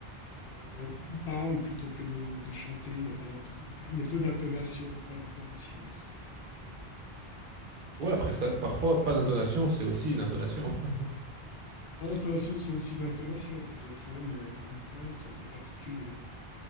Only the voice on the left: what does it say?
euh, il parle plutôt que de, de chanter, il y a pas d'inton- il y a pas- il y a peu d'intonation, pas d'intonation.
C'est un
peu particulier.
Ah, l'intonation, c'est aussi une intonation, peut-être, ouais, mais ouais, c'est un peu particulier.